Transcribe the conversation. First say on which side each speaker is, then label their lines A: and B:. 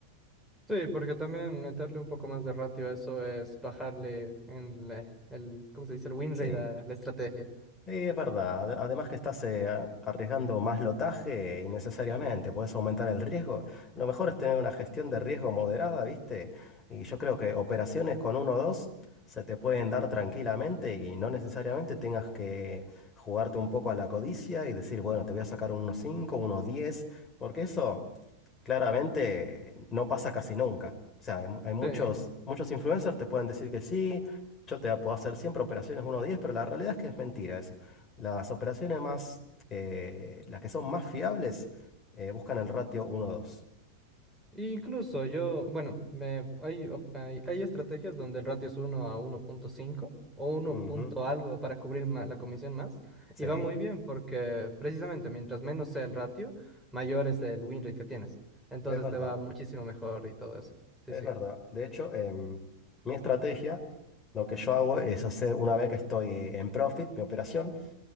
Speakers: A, in the centre; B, on the left.
A: Sí, porque también meterle un poco más de ratio a eso es bajarle en la- el, ¿cómo se dice? El win
B: Sí.
A: rate a la estrategia.
B: Sí, es verdad. Ade- Además que estás eh, a- arriesgando más lotaje innecesariamente, puedes aumentar el riesgo. Lo mejor es tener una gestión de riesgo moderada, ¿viste? Y yo creo que operaciones con uno o dos se te pueden dar tranquilamente y no necesariamente tengas que jugarte un poco a la codicia y decir, bueno, te voy a sacar unos 5, unos 10, porque eso claramente no pasa casi nunca. O sea, hay, hay muchos,
A: Sí.
B: muchos influencers te pueden decir que sí, yo te puedo hacer siempre operaciones uno a 10, pero la realidad es que es mentira eso. Las operaciones más, eh, las que son más fiables, eh, buscan el ratio uno a dos.
A: Incluso yo, bueno, me, hay, op- hay, hay estrategias donde el ratio es uno a uno punto cinco o uno
B: Ujú,
A: punto algo para cubrir ma- la comisión más.
B: Sí,
A: Y va muy bien porque precisamente mientras menos sea el ratio, mayor es el win rate que tienes. Entonces
B: es verdad,
A: te va muchísimo mejor y todo eso. Sí,
B: es
A: sí.
B: verdad. De hecho, em, mi estrategia, lo que yo hago es hacer una vez que estoy en profit, mi operación,